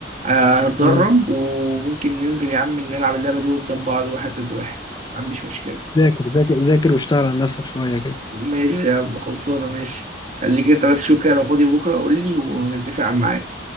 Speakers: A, on the right; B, on the left.
A: آه، هتدرب
B: مم.
A: وممكن ننزل يا عم نلعب اللعبة دي قدام بعض واحد ضد واحد ما عنديش مشكلة
B: ذاكر ذاكر ذاكر واشتغل على نفسك شوية كده
A: ماشي يا عم خلصانة ماشي خليك انت بس شوف كده لو فاضي بكرة قول لي ونتفق على الميعاد